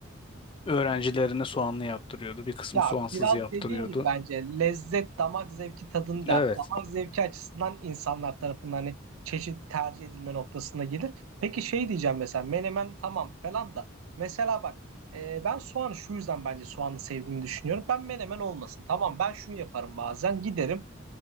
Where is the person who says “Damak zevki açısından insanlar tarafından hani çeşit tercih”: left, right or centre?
Right